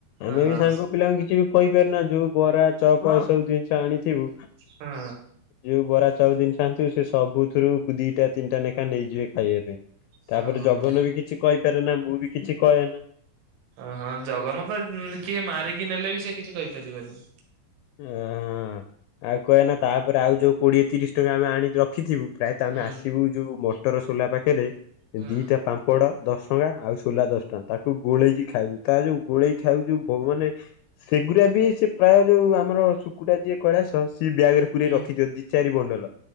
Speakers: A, on the left (about 80°); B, on the right (about 80°).
A: ଆମେ
B: ଅ ହଁ
A: ବି ସାଙ୍ଗ ପିଲାଙ୍କୁ କିଛି ବି କହିପାରୁନା ଯୋଉ ବରା ଚପ ସବୁ ଜିନିଷ ଆଣିଥିବୁ,
B: ହଁ
A: ଯୋଉ ବରା ଚପ ଜିନିଷ ଆଣିଥିବୁ ସେ ସବୁଥିରୁ ଦିଟା ତିନିଟା ନେଖା ନେଇଯିବେ ଖାଇବା ପାଇଁ। ତାପରେ
B: ହଁ ହଁ
A: ଜଗନ ବି କିଛି କହିପାରେ ନା ମୁଁ ବି କିଛି କହେ ନା।
B: ଅଁ ହଁ ଜଗନ ତ କିଏ ମାରିକି ନେଲେ ବି ସିଏ କିଛି କହିପାରିବନି।
A: <unintelligible> ଆଉ କହେ ନା ତାପରେ ଆଉ ଯୋଉ କୋଡିଏ ତିରିଶ ଟଙ୍କା ଆମେ ଆଣି ରଖିଥିବୁ ପ୍ରାୟତଃ
B: ହୁଁ
A: ଆମେ ଆସିବୁ ଯୋଉ ମଟର ସୋଲା ପାଖରେ
B: ହୁଁ
A: ଦିଟା ପାମ୍ପଡ ଦଶ ଟଙ୍କା ଆଉ ସୋଲା ଦଶ ଟଙ୍କା ତାକୁ ଗୋଳେଇକି ଖାଇବୁ ତା ଯୋଉ ଗୋଳେଇ ଖାଇଵୁ ଯୋଉ <unintelligible> ମାନେ ସେଗୁଡା ବି ସେ ପ୍ରାୟ ଯୋଉ ଆମ ଆମର ଶୁକୁଡା ଯିଏ କୈଳାଶ ସେ ବ୍ୟାଗ ରେ ପୁରେଇ
B: ହୁଁ
A: ରଖିଥିବ ଦି ଚାରି ବଣ୍ଡଲ